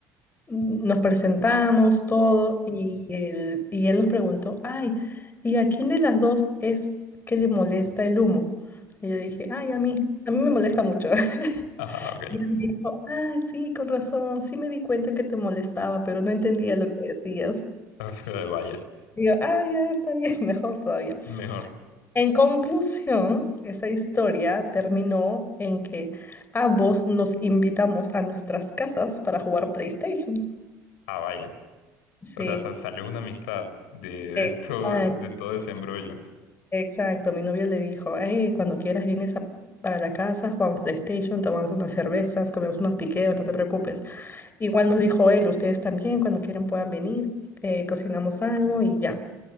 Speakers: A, on the left; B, on the left.
A: nos presentamos todo y él, y él nos preguntó, ay, ¿y a quién de las dos es que le molesta el humo? Y yo dije, ay, a mí, a mí me molesta mucho. <laughs>
B: ajá, ok.
A: Y él me dijo, ah, sí, con razón, sí me di cuenta que te molestaba, pero no entendía lo que decías.
B: <laughs> Vaya,
A: Y yo, ah, ya está bien, <laughs> mejor todavía.
B: mejor.
A: En conclusión, esa historia terminó en que ambos nos invitamos a nuestras casas para jugar PlayStation.
B: Ah, vaya.
A: Sí,
B: O sea, sa- salió una amistad de, de
A: exacto,
B: todo, de todo ese embrollo.
A: exacto. Mi novio le dijo, hey, cuando quieras vienes a- para la casa, jugamos PlayStation, tomamos unas cervezas, comemos unos piqueos, no te preocupes. Igual nos dijo él, ustedes también, cuando quieran puedan venir, eh, cocinamos algo y ya.